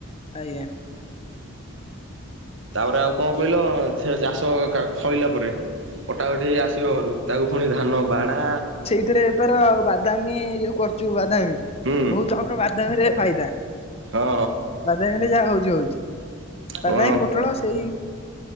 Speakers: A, on the left; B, on the right.
A: ଆଜ୍ଞା।
B: ତାପରେ ଆଉ କଣ କଇଲ ସେ ଚାଷ କା ଫଳିଲା ପରେ କଟାକଟି ହେଇ
A: ଆଜ୍ଞା।
B: ଆସିବ ଘରୁ। ତାକୁ ଫୁଣି ଧାନ ବାଡା।
A: ଏଥିରେ ବେପାର ଆଉ ବାଦାମୀ ଯୋଉ କରୁଚୁ ବାଦାମୀ
B: ହୁଁ
A: ବହୁତୁ ଆମର ବାଦାମୀରେ ଫାଇଦା
B: ହଁ
A: ବାଦାମୀରେ ଯାହା ହଉଚି ହଉଛି
B: ହଁ
A: ବାଦାମୀ ପୋଟଳ ସେଇ